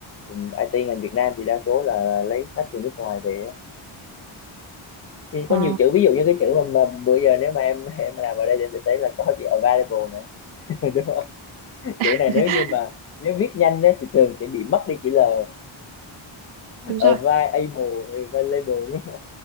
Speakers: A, on the left; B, on the right.
A: Ừ, IT ngành Việt Nam thì đa số là lấy khách từ nước ngoài về ấy. thì
B: Ờ,
A: có nhiều chữ ví dụ như cái chữ mà, mà bữa giờ nếu mà em em làm ở đây thì em sẽ thấy là có chữ available này <laughs> đúng không chữ
B: <laughs>
A: này nếu như mà nếu viết nhanh đấy thì thường sẽ bị mất đi chữ L
B: Đúng rồi.
A: available available đúng không?